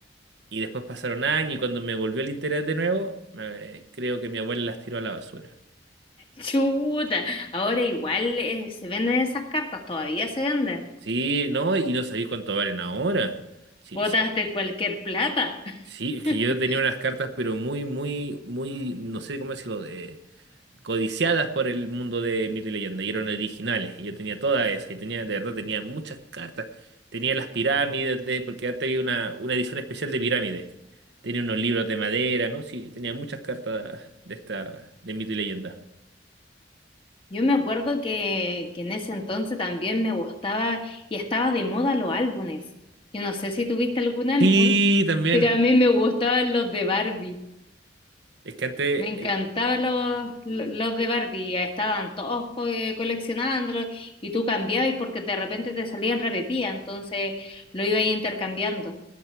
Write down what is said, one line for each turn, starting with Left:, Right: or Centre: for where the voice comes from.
Right: Y después pasaron años y cuando me volvió el interés de nuevo, me- creo que mi abuela las tiró a la basura.
Left: Chuta, ahora igual eh, se venden esas cartas, todavía se venden.
Right: Sí, no, y no sabéis cuánto valen ahora. Sí,
Left: Botaste
Right: sí.
Left: cualquier plata.
Right: Sí, es
Left: <laughs>
Right: que yo tenía unas cartas, pero muy, muy, muy, no sé cómo decirlo, eh, codiciadas por el mundo de Mito y Leyenda, y eran originales. Y yo tenía todas esas, y tenía, de verdad, tenía muchas cartas. Tenía las pirámides, de, porque antes había una, una edición especial de pirámides. Tenía unos libros de madera, ¿no? Sí, tenía muchas cartas de esta, de Mito y Leyenda.
Left: Yo me acuerdo que, que en ese entonces también me gustaba y estaba de moda los álbumes. Yo no sé si tuviste algún álbum,
Right: Sí, también.
Left: pero a mí me gustaban los de Barbie.
Right: Es que antes,
Left: Me encantaban
Right: el-
Left: los, lo- los de Barbie. Estaban todos co- eh, coleccionándolos y tú cambiabas porque de repente te salían repetidas, entonces lo iba ahí intercambiando.